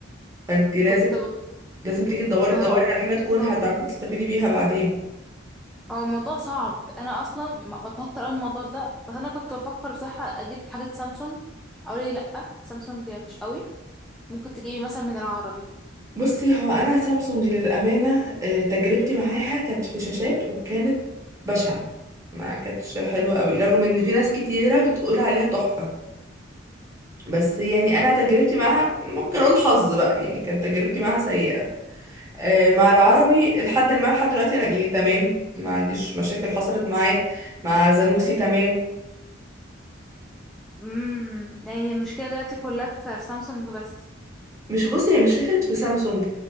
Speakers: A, on the right (about 15°); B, in the centre.
A: فانت لازم
B: كنت ب...
A: لازم تيجي تدوري
B: ما
A: تدوري
B: هقول
A: على حاجة تكون
B: ايوه
A: هتعرفي تستفيدي بيها بعدين
B: هو الموضوع صعب انا اصلا م- بتوتر قوي من الموضوع ده بس انا كنت بفكر بصراحه اجيب حاجات سامسونج او ليه لا سامسونج مش قوي ممكن تجيبي مثلا من العربي
A: بصي هو انا سامسونج للامانه آه، تجربتي معاها كانت في شاشات وكانت بشعه ما كانتش حلوه قوي رغم ان في ناس كتيره بتقول عليها تحفه بس يعني انا تجربتي معاها ممكن اقول حظ بقى يعني كانت تجربتي معاها سيئه آه، مع العربي
B: مثلا
A: لحد ما لحد دلوقتي انا يعني تمام ما عنديش مشاكل حصلت معاه مع زانوسي تمام
B: امم يعني المشكله دلوقتي كلها في في سامسونج بس
A: مش بصي هي مش فكره في سامسونج